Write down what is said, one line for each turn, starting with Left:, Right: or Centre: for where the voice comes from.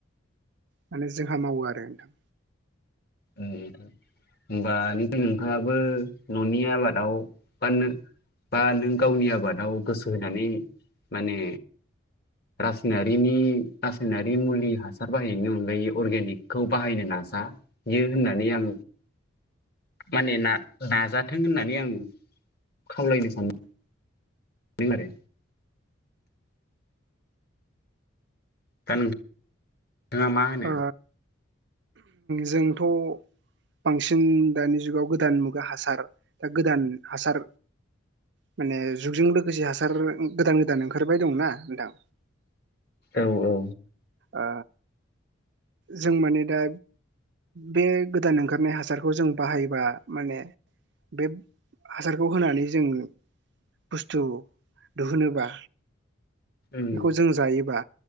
Right: माने जोंहा मावो आरो नोंथां।
Left: ओं नोंथां। होमबा नोङो नोंथाङाबो न'नि आबादाव फाननो बा नों गावनि आबादाव गोसो होनानै माने रासायनारिनि रासायनारि मुलि हासार बाहायनायनि अनगायै अर्गेनिकखौ बाहायनो नाज जायो होननानै आं माने ना नाजाथों होननानै आं खावलायनो सानो नै मारो। दा नोंया मा होनो?
Right: ओ जोंथ' बांसिन दानि जुगाव गोदान मुगा हासार दा गोदान हासार माने जुगजों लोगोसे हासार गोदान गोदान ओंखारबाय दंना नोंथां।
Left: औ औ।
Right: आ जों माने दा बे गोदान ओंखारनाय हासारखौ जों बाहायोबा माने बेब हासारखौ होनानै जोङो बुस्थु दुहुनोबा
Left: उम
Right: बेखौ जों जायोबा